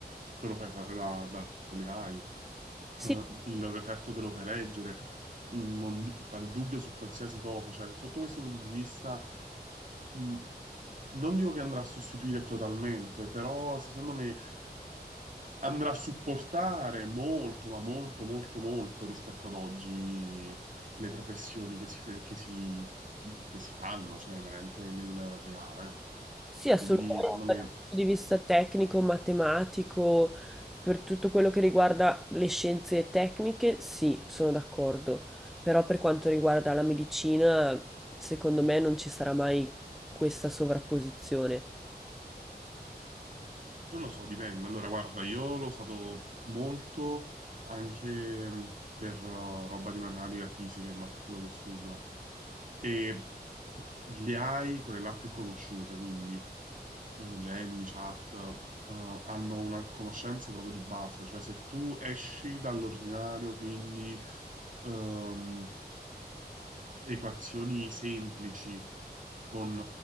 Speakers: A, on the right (about 50°); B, in the centre.
A: te lo fai fare da, dalle AI
B: Sì,
A: eh, il referto te lo fai leggere, mm, non, qual dubbio su qualsiasi cosa, cioè sotto questo punto di vista mm, non dico che andrà a sostituire totalmente, però secondo me andrà a supportare molto, ma molto, molto, molto rispetto ad oggi le professioni che si, che si, che si fanno, cioè veramente nel reale.
B: sì, assolutamente
A: Quindi secondo me
B: dal punto di vista tecnico, matematico, per tutto quello che riguarda le scienze tecniche, sì, sono d'accordo. Però per quanto riguarda la medicina, secondo me non ci sarà mai questa sovrapposizione.
A: Non lo so, dipende. Allora, guarda, io l'ho usato molto anche mh, per eh, roba di matematica fisica, ma per quello che studio. E le AI, quelle là più conosciute, quindi eh, Gemini, Chat, eh, hanno una conoscenza proprio di base. Cioè, se tu esci dall'ordinario, quindi ehm, equazioni semplici con